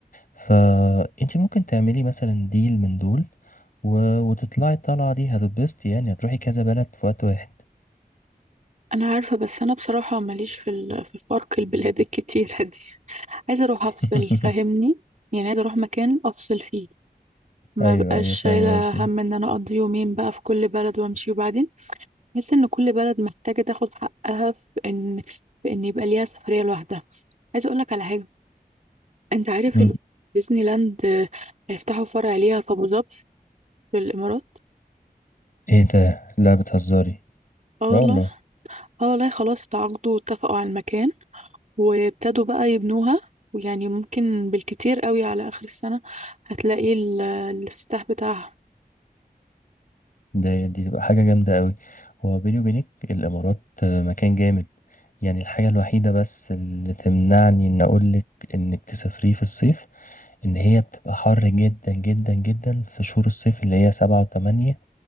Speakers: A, on the left (about 55°); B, on the right (about 50°).
A: فانت ممكن تعملي مثلا ديل من دول و- وتطلعي الطلعة دي هتتبسطي يعني هتروحي كذا بلد في وقت واحد
B: انا عارفه بس انا بصراحه ماليش في ال... في الفرق البلاد <laughs> الكتيره دي عايزه اروح
A: <laughs>
B: افصل فاهمني يعني عايزه اروح مكان افصل فيه ما
A: ايوه
B: بقاش
A: ايوه
B: شايله
A: فاهم قصدي
B: هم ان انا اقضي يومين بقى في كل بلد وامشي وبعدين بحس ان كل بلد محتاجه تاخد حقها في ان في ان يبقى ليها سفريه لوحدها عايزه اقول لك على حاجه انت عارف
A: مم.
B: ان ديزني لاند آه، هيفتحوا فرع ليها في ابو ظبي في الامارات
A: ايه ده لا بتهزري
B: اه
A: لا
B: والله
A: والله
B: اه والله خلاص تعاقدوا واتفقوا على المكان وابتدوا بقى يبنوها ويعني ممكن بالكتير قوي على اخر السنة هتلاقي ال- الافتتاح بتاعها
A: ده دي تبقى حاجه جامده قوي هو بيني وبينك الامارات آه، مكان جامد يعني الحاجه الوحيده بس اللي تمنعني ان اقولك انك تسافريه في الصيف ان هي بتبقى حر جدا جدا جدا في شهور الصيف اللي هي سبعة وثمانية